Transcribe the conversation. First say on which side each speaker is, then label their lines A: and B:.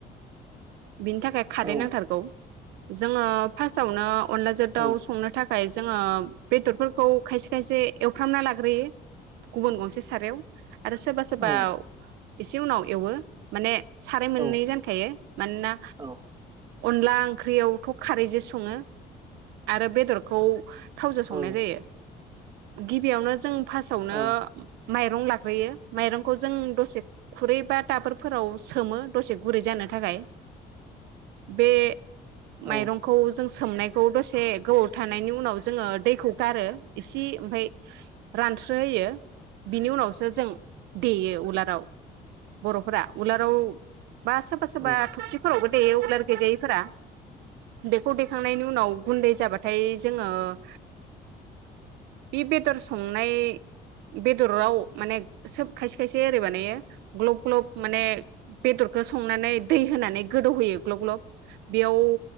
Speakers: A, on the right (about 85°); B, on the right (about 20°).
A: बिनि थाखाय खारै
B: औ
A: नांथारगौ। जोङो फास्टावनो अनलाजो दाव
B: औ
A: संनो थाखाय जोङो बेदरफोरखौ खायसे खायसे एवफ्रामना लाग्रोयो गुबुन गंसे सारायाव। आरो सोरबा सोरबा
B: औ
A: एसे उनाव एवो माने साराय मोननै
B: औ
A: जानखायो मानोना
B: औ
A: अनला ओंख्रियावथ' खारैजो सङो। आरो बेदरखौ थावजों संनाय
B: औ
A: जायो। गिबियावनो जों फास्टआवनो
B: औ
A: माइरं लाग्रोयो माइरंखौ जों दसे खुरै बा दाबोरफोराव सोमो दसे गुरै जानो थाखाय बे
B: औ
A: माइरंखौ जों सोमनाय खौ दसे गोबाव थानायनि उनाव जोङो दैखौ गारो इसे ओमफ्राय रानस्रो होयो बिनि उनावसो जों देयो उलाराव। बर'फोरा उलाराव बा सोरबा सोरबा
B: औ
A: थबसिफोरावबो एवलार गैजायैफोरा बेखौ दैखांनायनि उनाव गुन्दै जाबाथाय जोङो ओ बे बेदर संनाय बेदराव माने सोब खायसे खायसे ओरै बानायो ग्लब ग्लब माने बेदरखौ संनानै दै होनानै गोदौहोयो ग्लब ग्लब बेयाव